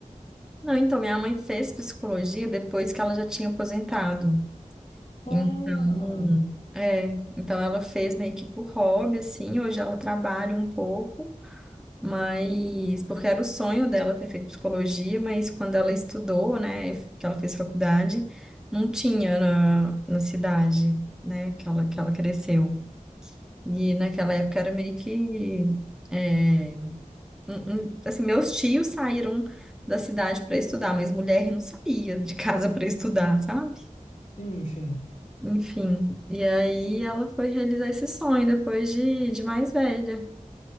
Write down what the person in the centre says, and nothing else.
Não, então, minha mãe fez psicologia depois que ela já tinha aposentado.
Então, é, então ela fez meio que por hobby, assim, hoje ela trabalha um pouco, mas porque era o sonho dela ter feito psicologia, mas quando ela estudou, né, que ela fez faculdade, não tinha na, na cidade, né, que ela, que ela cresceu. E naquela época era meio que, é, um- um- assim, meus tios saíram da cidade para estudar, mas mulher não saía de casa para estudar, sabe?
Enfim, e aí ela foi realizar esse sonho depois de, de mais velha.